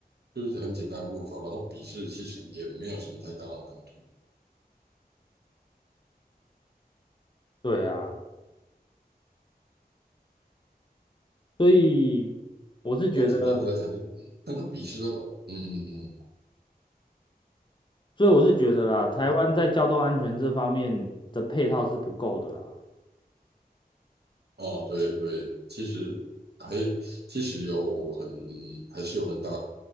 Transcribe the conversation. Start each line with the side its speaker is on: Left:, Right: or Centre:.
Right: 就是很简单的路考，然后笔试其实也没有什么太大的难度。
Left: 对啊，所以我是觉得，
Right: 那简单的来讲，那个笔试都，嗯，嗯
Left: 所以我是觉得啦，台湾在交通安全这方面的配套是不够的啦。
Right: 哦，对对，其实还其实有很还是有很大